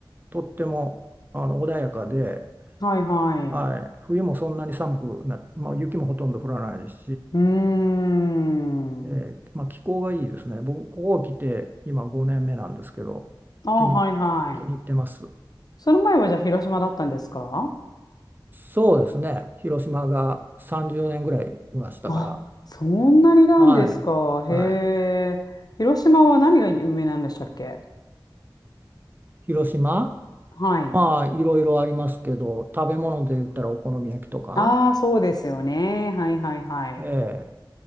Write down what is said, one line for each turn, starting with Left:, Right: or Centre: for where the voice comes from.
Right: とってもあの穏やかで、
Left: はいはい。
Right: はい、冬もそんなに寒くな、まあ、雪もほとんど降らないし、
Left: うーん、
Right: えーまあ、気候がいいですね。僕、ここ来て今5年目なんですけど、
Left: ああ、
Right: 気に、
Left: はいはい。
Right: 気に入ってます。
Left: その前はじゃあ広島だったんですか
Right: そうですね、広島が30年ぐらいいましたから、
Left: あ、そんなになんですか。
Right: はい、
Left: へ
Right: はい、
Left: え。広島は何が有名なんでしたっけ
Right: 広島、
Left: はい。
Right: まあいろいろありますけど食べ物で言ったらお好み焼きとか、
Left: ああ、そうですよね。はいはいはい。
Right: ええ、